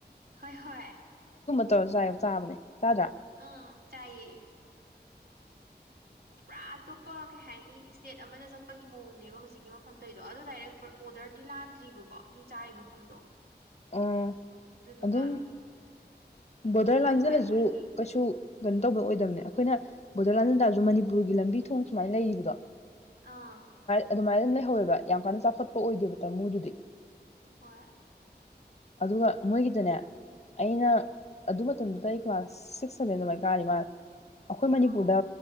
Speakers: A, on the right; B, on the left.
A: ꯍꯣꯏ ꯍꯣꯏ
B: ꯇꯣ ꯆꯥꯛ ꯌꯥꯝ ꯆꯥꯕꯅꯦ ꯆꯥ ꯗ꯭ꯔꯥ
A: ꯎꯝ ꯆꯥꯏꯌꯦ ꯄꯨꯔꯥ ꯑꯇꯣꯞꯄ ꯀꯩ ꯍꯥꯏꯅꯤ ꯏꯁꯇꯦꯠ ꯑꯃꯗ ꯆꯠꯄꯒꯤ ꯃꯑꯣꯡꯅꯦꯕ ꯍꯧꯖꯤꯛꯀꯤ ꯃꯐꯝꯗ ꯇꯧꯏ ꯗꯣ ꯑꯗꯨ ꯗꯥꯏꯔꯦꯛ ꯕꯣ꯭ꯔꯗ꯭ꯔꯗꯤ ꯂꯥꯟꯗ꯭ꯔꯤꯕꯀꯣ ꯑꯗꯨꯏ ꯆꯥꯔꯤ ꯃꯐꯝꯗꯣ
B: ꯑꯣ
A: ꯑꯗꯨꯗꯨꯒ
B: ꯑꯗꯨꯝ ꯕꯣ꯭ꯔꯗ꯭ꯔ
A: ꯍꯣꯏ
B: ꯂꯥꯟꯁꯤꯜꯂꯁꯨ
A: ꯍꯣꯏ ꯃꯣꯏꯒꯤ
B: ꯀꯩꯁꯨ ꯀꯩꯅꯣ ꯇꯧꯕ ꯑꯣꯏꯗꯕꯅꯦ ꯑꯩꯈꯣꯏꯅ ꯕꯣ꯭ꯔꯗ꯭ꯔ ꯂꯥꯟꯁꯤꯟ ꯇꯔꯁꯨ ꯃꯅꯤꯄꯨꯔꯒꯤ ꯂꯝꯕꯤ ꯊꯣꯡ ꯁꯨꯃꯥꯏꯅ ꯂꯩꯔꯤꯕꯗꯣ
A: ꯑꯥ
B: ꯑꯗꯨꯃꯥꯏ ꯑꯗꯨꯝ ꯂꯩꯍꯧꯋꯦꯕ ꯌꯥꯝ ꯀꯟꯅ ꯆꯥꯎ ꯈꯣꯠꯄ ꯑꯣꯏꯗꯦꯕ ꯇꯥꯃꯨꯗꯨꯗꯤ
A: ꯍꯣꯏ
B: ꯑꯗꯨꯒ ꯃꯣꯏꯒꯤꯗꯅꯦ ꯑꯩꯅ
A: ꯎꯝ
B: ꯑꯗꯨꯃ ꯃꯇꯝꯗꯨꯗ ꯑꯩ ꯀ꯭ꯂꯥꯁ ꯁꯤꯛꯁ ꯁꯥꯚꯦꯟ ꯑꯗꯨꯃꯥꯏꯅ ꯀꯥꯔꯤ ꯃꯥꯜꯂ‌ꯦ ꯑꯩꯈꯣꯏ ꯃꯅꯤꯄꯨ꯭ꯔꯗ
A: ꯑꯣ